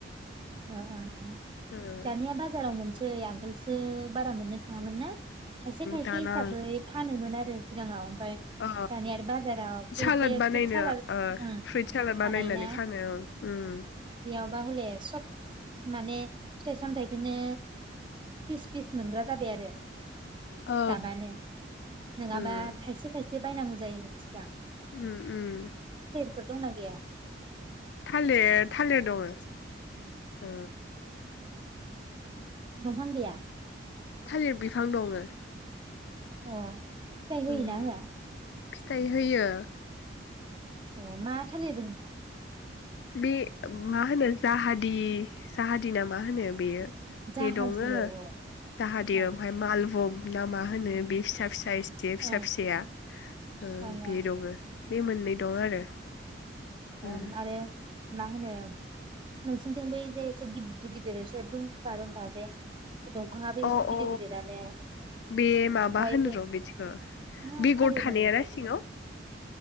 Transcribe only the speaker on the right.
अ अ अ
दानिया बाजाराव मोन <unintelligible> आगोलसो बारा मोननो थाङामोन ना? थाइसे थाइसे
हिसाबै फानोमोन आ <unintelligible> सिगाङाव ओमफ्राय
दानिया आरो बाजाराव फ्रुइट
बे
फ्रुइट सालाद
ओम
बानायोना
बेयावबा हले सब माने फिथाय-सामथाय बिदिनो फिस फिस मोनग्रा जाबाय आरो।
जाबानो नङाबा
थायसे थायसे बायनांगौ जायोमोन। दा
फोर दंना गैया?
दंफां गैया?
अ फिथाय होयोना
होआ?
अ मा थालिर दों
जाहाजि
औ औ
औ
ओं
ओं
अ
आरो मा होनो नोंसिनिथिंबो ओइजे एसे गिदिर गिदिर एसे दुमफा दुमफा जे दंफाङाबो एसे
गिदिर
गिदिरानो
ओमफ्राय
बे
मा
थालिर
होनोमोनथाय